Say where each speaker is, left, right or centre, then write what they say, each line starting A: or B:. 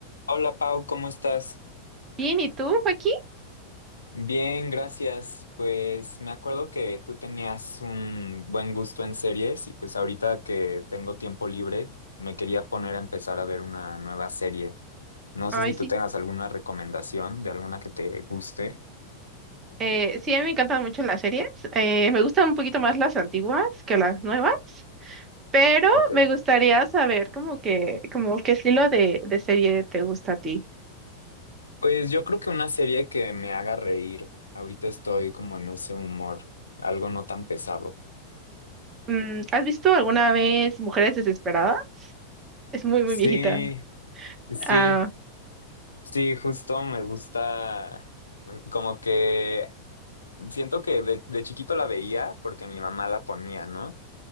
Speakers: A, on the left; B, on the right.
A: Hola Pau, ¿cómo estás?
B: Bien, ¿y tú, Joaquín?
A: Bien, gracias. Pues me acuerdo que tú tenías un buen gusto en series y pues ahorita que tengo tiempo libre me quería poner a empezar a ver una nueva serie. No
B: Ay,
A: sé si
B: sí.
A: tú tengas alguna recomendación de alguna que te guste.
B: Eh, sí, a mí me encantan mucho las series. Eh, me gustan un poquito más las antiguas que las nuevas, pero
A: Ok.
B: me gustaría saber como que, como qué estilo de, de serie te gusta a ti.
A: Pues yo creo que una serie que me haga reír. Ahorita estoy como en ese humor, algo no tan pesado.
B: Mm, ¿has visto alguna vez Mujeres Desesperadas? Es muy,
A: Sí,
B: muy viejita.
A: sí,
B: Ah,
A: sí, justo me gusta. mm, Como que Siento que de, de chiquito la veía porque mi mamá la ponía, ¿no?